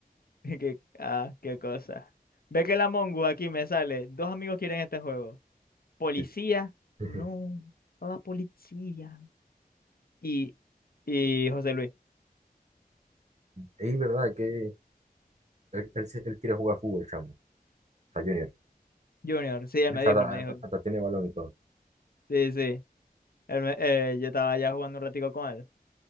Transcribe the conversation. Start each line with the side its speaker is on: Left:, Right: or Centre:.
Left: qué, ah, qué cosa. Ve que la Mongo aquí me sale. Dos amigos quieren este juego. Policía.
Right: Sí. <laughs>
Left: No, no la policía. Y, y José Luis
Right: Es verdad que él, él se- él quiere jugar fútbol, chamo. O sea, Junior.
Left: Junior. Sí, él
Right: O
Left: me
Right: sea,
Left: dijo,
Right: hasta,
Left: él me
Right: hasta-
Left: dijo.
Right: hasta tiene balón y todo.
Left: Sí, sí. Él me- eh, yo estaba ya jugando un ratico con él.